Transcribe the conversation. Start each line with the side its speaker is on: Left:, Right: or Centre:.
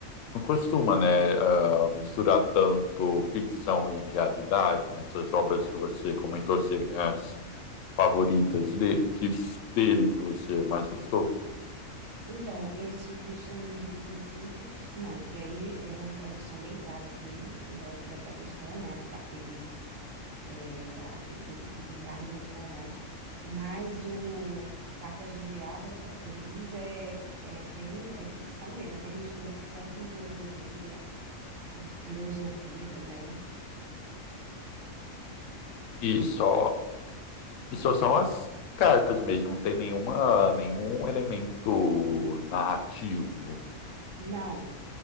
Left: Não costuma, né, ah, misturar tanto ficção e realidade nessas obras que você comentou serem as favoritas de, que, dele que você mais gostou.
Right: Então, esse cristianismo puro e simples, não, porque aí é uma introdução bem clara, assim, em lógica da fé cristã, né, a partir de é, acredito que de argumentos morais, mas o Cartas de um Diabo, Seu Aprendiz, é, é bem, é de ficção mesmo, assim, ele mistura ficção com teologia, é, filosofia também.
Left: E só, e só são as cartas mesmo, não tem nenhuma, nenhum elemento narrativo.
Right: Não,